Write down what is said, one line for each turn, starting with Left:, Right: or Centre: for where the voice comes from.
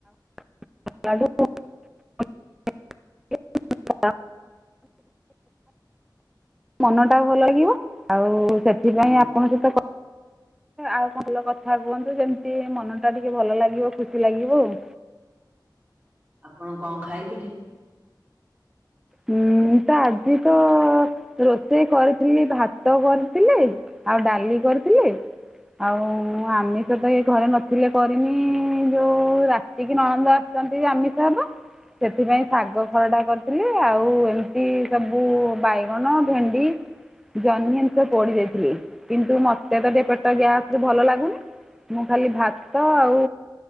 Centre: <unintelligible> ମନ ଟା ଭଲ ଲାଗିବ, ଆଉ ସେଥିପାଇଁ
Right: ହୁଁ।
Centre: ଆପଣଙ୍କ ସହିତ କ ଆଉ ଭଲ କଥା କୁହନ୍ତୁ, ସେମିତି ମନଟା ଟିକେ ଭଲ ଲାଗିବ ଖୁସି ଲାଗିବ ଆଉ।
Right: ଆପଣ କଙ୍ ଖାଇଥିଲେ?
Centre: ହୁଁ ତ ଆଜି ତ ରୋଷେଇ କରିଥିଲି। ଭାତ କରିଥିଲି। ଆଉ ଡାଲି କରିଥିଲି। ଆଉ ଆମିଷ ତ ଇଏ ଘରେ ନଥିଲେ କରିନି ଯୋଉ ରା କିି ନଣନ୍ଦ ଆସିଛନ୍ତି ଆମିଷ ହେବ, ସେଥିପାଇଁ ଶାଗ ଖରଡା କରିଥିଲି। ଆଉ ଏମିତି ସବୁ ବାଇଗଣ ଭେଣ୍ଡି ଜହ୍ନିି ଟିକେ ପୋଡି ଦେଇଥିଲି କିନ୍ତୁ ମତେ ତ ଟିକେ ପେଟ ଗ୍ୟାସ ଭଲ ଲାଗୁନି ମୁଁ ଖାଲି ଭାତ ଆଉ